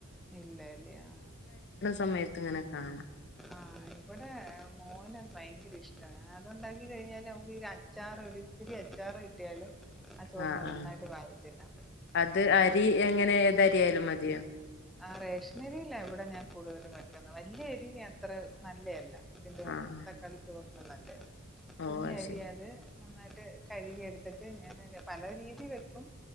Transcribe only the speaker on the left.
സമയത്ത് ഇങ്ങനെ കാണാം
ആഹ
ആഹ
അത് അരി. എങ്ങനെ ഏത് അരിയായാലും മതിയോ
ആഹ് ആഹ്
ഓ അത്
ശരി